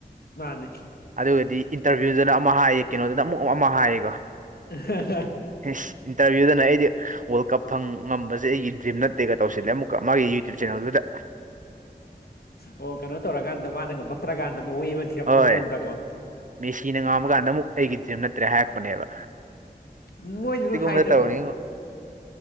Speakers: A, on the left; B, on the right.
A: ꯃꯥꯅꯦ
B: ꯑꯗꯨꯒꯗꯤ ꯏꯟꯇꯔꯚꯤꯌꯨꯗꯅ ꯑꯃ ꯍꯥꯏꯌꯦ ꯀꯩꯅꯣꯗꯅ ꯑꯃꯨꯛ ꯑꯃ ꯍꯥꯏꯌꯦ
A: ꯑꯍ
B: ꯏꯁ ꯏꯟꯇꯔꯚꯤꯌꯨꯗꯅ ꯑꯩꯗꯤ ꯋꯥꯔꯜ ꯀꯞ ꯐꯪ ꯉꯝꯕꯁꯦ ꯑꯩꯒꯤ ꯗ꯭ꯔꯤꯝ ꯅꯠ ꯇꯦꯒ ꯇꯧꯁꯤꯜꯂꯦ ꯑꯃꯨꯀ ꯃꯥꯒꯤ ꯌꯨꯇ꯭ꯌꯨꯨꯞ ꯆꯦꯅꯦꯜꯗꯨꯗ
A: ꯑꯣ ꯀꯩꯅꯣ ꯇꯧꯔꯀꯥꯟꯗ ꯃꯥꯅ ꯉꯝꯃꯛꯇ꯭ꯔꯀꯥꯟꯗ ꯋꯦ ꯑꯃ ꯊꯤꯔꯛꯄꯒꯤ
B: ꯍꯣꯏ
A: ꯃꯑꯣꯡꯗꯀꯣ
B: ꯃꯦꯁꯤꯅ ꯉꯥꯝꯃ ꯀꯥꯟꯗ ꯑꯃꯨꯛ ꯑꯩꯒꯤ ꯗꯔ꯭ꯤꯝ ꯅꯠꯇ꯭ꯔꯦ ꯍꯥꯏꯔꯛꯄꯅꯦꯕ
A: ꯃꯣꯏꯁꯨ ꯂꯣꯢꯅ
B: ꯁꯤꯒꯨꯝꯕꯗ
A: ꯍꯥꯏꯗꯕ꯭ꯔꯣ
B: ꯇꯧꯅꯤ